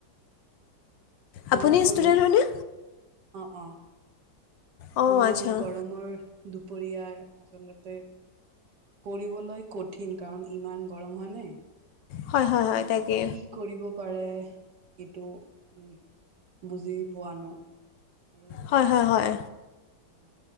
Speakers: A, on the left; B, on the right.
A: আপুনি
B: মইয়ো কৰোঁ।
A: ষ্টুডেণ্ট হয়নে
B: অ, অ।
A: অঁ
B: মই
A: আচ্ছা
B: গৰমৰ দুপৰীয়াৰ আচলতে পঢ়িবলৈ কঠিন, কাৰণ ইমান গৰম হয় নে?
A: হয় হয় হয়
B: আৰু
A: তাকে
B: কি কৰিব পাৰে এইটো উম বুজি পোৱা ন? আৰু
A: হয়, হয়, হয়।
B: অ,